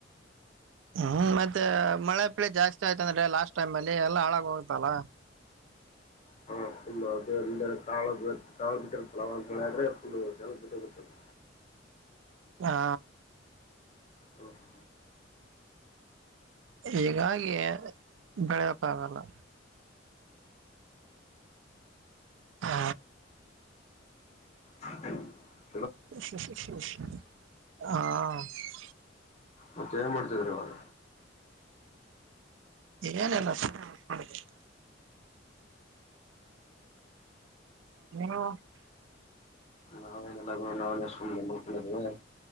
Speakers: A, on the right; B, on the left.
A: ಹ್ಮ್ ಮತ್ತೆ ಮಳೆ ಪಳಿ ಜಾಸ್ತಿ ಆಯ್ತ ಅಂದ್ರೆ ಲಾಸ್ಟ್ ಟೈಮ್ ಅಲ್ಲಿ ಎಲ್ಲಾ ಹಾಳಾಗ ಹೋಗುತ್ತಲ್ಲ.
B: ಹಾ ಫುಲ್ ಅದು ಅಂದ್ರ ಕಾಳ ಕಾಳ ಬಿಟ್ಟಿರ್ತ್ತಲ್ಲ ಅವಾಗ ಬೆಳೆ ಆದ್ರೆ ಫುಲ್ ಕೆಳಗ್ ಬಿದ್ದೋಗತ್ತದು.
A: ಹಾ
B: ಹಓ ಹ
A: ಹೀಗಾಗಿ ಬೆಳೆಯಕ್ಕಾಗಲ್ಲ. ಹಾ
B: <inaudible> ಹ <inaudible>
A: ಹಾ
B: ಮತ್ತೆ ಏನ್ ಮಾಡ್ತಿದೀರ ಇವಾಗ?
A: ಏನಲ್ಲ ಸುಮ್ನೆ ಮಲ್ಕೊಂಡಿದ್ದೀನಿ. ನೀನೂ
B: ನಾವೇನಿಲ್ಲ ಗುರು ನಾವುನೂ ಸುಮ್ನೆ ಮಲ್ಕಂಡದೆ